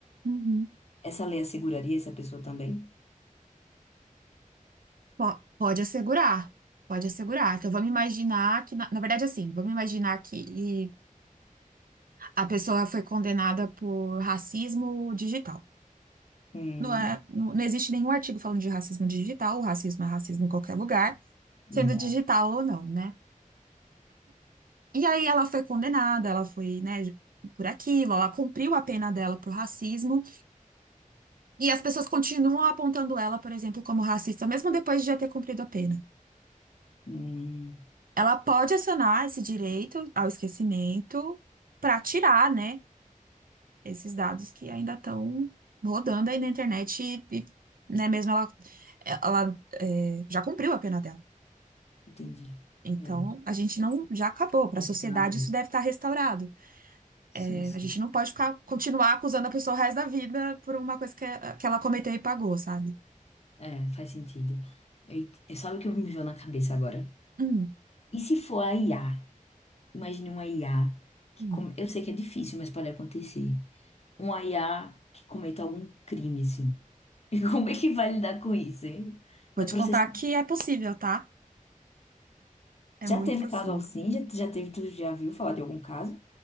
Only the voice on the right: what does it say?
uhum.
Po- Pode assegurar, pode assegurar. Então, vamos imaginar que, na, na verdade, assim, vamos imaginar que a pessoa foi condenada por racismo digital.
Não é, não, não existe nenhum artigo falando de racismo digital, o racismo é racismo em qualquer lugar,
sendo digital ou não, né? E aí ela foi condenada, ela foi, né, por aquilo, ela cumpriu a pena dela por racismo, e as pessoas continuam apontando ela, por exemplo, como racista, mesmo depois de já ter cumprido a pena.
Ela pode acionar esse direito ao esquecimento para tirar, né, esses dados que ainda estão rodando aí na internet e, e, né, mesmo ela, ela é, já cumpriu a pena dela.
Então,
a gente não, já acabou. Para a
sociedade,
isso deve estar restaurado.
É,
a gente não pode ficar, continuar acusando a pessoa o resto da vida por uma coisa que, que ela cometeu e pagou, sabe?
Hum,
hum.
Vou te
contar que é possível, tá? É
muito
possível.